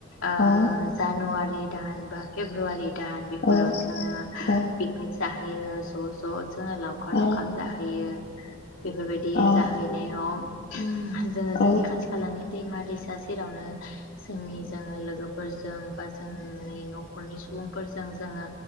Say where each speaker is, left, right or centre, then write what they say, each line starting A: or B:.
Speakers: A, on the left; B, on the left.
A: ओ
B: औ
A: जानुवा रि दान बा फेब्रुवारि दान बेफोराव
B: औ
A: जोङो फिकनिक
B: औ
A: जाहैयो ज' ज' जोङो लावखार
B: औ
A: ओंखाम जाहैयो। बेफोरबायदि
B: औ
A: जाहै <unintelligible> जोङो
B: औ
A: जोंनि खाथि खालानि दैमा दैसा सेरावनो जोंनि जोङो लोगोफोरजों बा जोंनि न'खरनि सुबुंफोरजों जोङो।